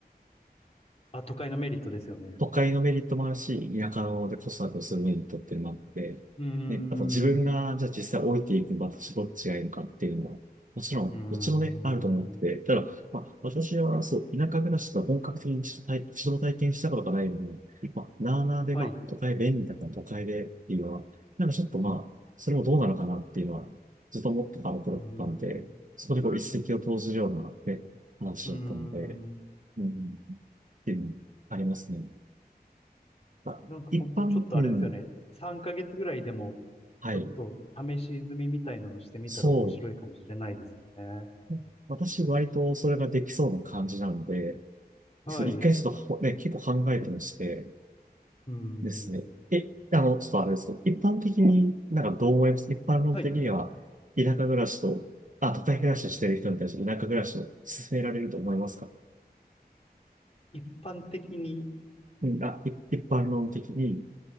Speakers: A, on the left; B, on the right.
A: あ、都会のメリットですよね。
B: 都会のメリットもあるし、田舎で子育てをするメリットっていうのもあって、
A: うーん。
B: ね、あと自分が、
A: う
B: じゃあ実際置いていく場所どっちがいいのかっていうのも、もちろん、
A: ーん。
B: どっちもね、あると思ってて、ただ、まあ、私はそう、田舎暮らしとか本格的に一度体、一度も体験したことがないのに、まあ、なあなあで、
A: はい。
B: まあ、
A: う
B: 都会便利だから都会でっていうのは、なんかちょっとまあ、それもどうなのかなっていうのは、ずっと思ってたところだったんで、
A: ーん。
B: そこでこう一石を投じるような、ね、話だったので、
A: うーん。
B: うん、っていうのもありますね。まあ一般、
A: なんかほんとちょっとあれですよね。
B: うん。
A: 3ヶ月ぐらいでも、
B: はい。
A: ちょっと試し済みみたいなのしてみたら面白いかもしれないですよね。
B: そう。私、割とそれができそうな感じなので、
A: はい。
B: そう、一回ちょっとほね、
A: う
B: 結構考えてまして、
A: ーん。
B: ですね。え、あの、ちょっとあれですけど、一般的になんかどう思います一般論的には、
A: はい。
B: 田舎暮らしと、あ、都会暮らししてる人に対して田舎暮らしを勧められると思いますか
A: 一般的に、
B: うん、あ、い一般論的に、